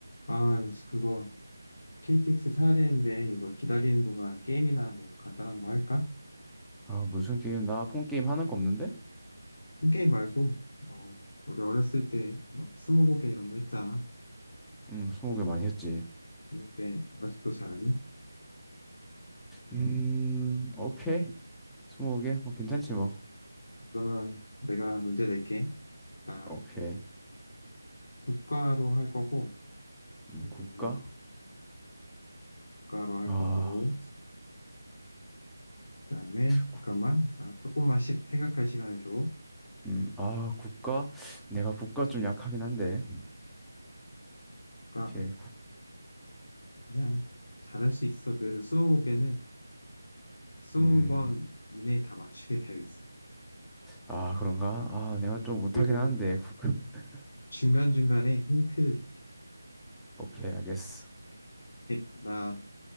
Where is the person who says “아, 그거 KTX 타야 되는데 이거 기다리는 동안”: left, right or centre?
Left